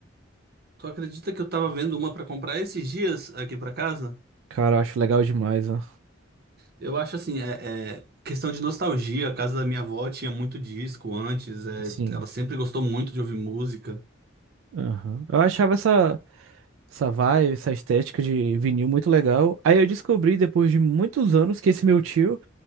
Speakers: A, on the right (about 50°); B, on the right (about 85°).
A: tu acredita que eu tava vendo uma pra comprar esses dias aqui pra casa?
B: Cara, eu acho legal demais, ó.
A: Eu acho assim, é, é questão de nostalgia. A casa da minha avó tinha muito disco antes, é,
B: Sim.
A: ela sempre gostou muito de ouvir música.
B: Aham. Eu achava essa, essa vibe, essa estética de vinil muito legal. Aí eu descobri, depois de muitos anos, que esse meu tio.